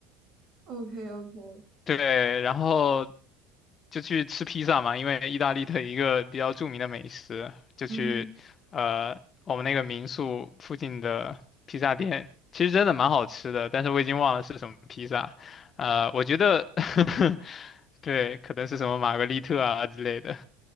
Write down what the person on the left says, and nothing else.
对，然后就去吃披萨嘛，因为意大利的一个比较著名的美食，就去呃我们那个民宿附近的披萨店，
其实真的蛮好吃的，但是我已经忘了是什么披萨，呃，我觉得 <laughs> 对，可能是什么玛格丽特啊之类的，